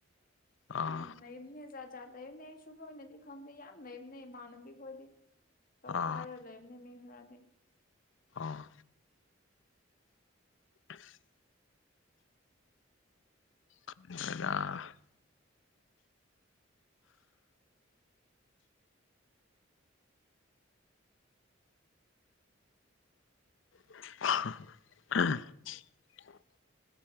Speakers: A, on the left; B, on the left.
A: ꯑꯥ
B: ꯌꯥꯝ ꯂꯩꯅꯤꯗ ꯄꯖꯥ ꯂꯩꯕꯅꯦ ꯑꯩ ꯁꯨꯝꯗꯣꯏꯅꯗꯤ ꯈꯪꯗꯦ ꯌꯥꯝ ꯂꯩꯕꯅꯦ ꯏꯃꯥꯟꯅꯕꯤ ꯈꯣꯏꯗꯤ ꯇꯧꯈꯥꯏꯔ
A: ꯑꯥ
B: ꯂꯩꯕ <unintelligible>
A: ꯑꯥ <inaudible> <unintelligible> <unintelligible>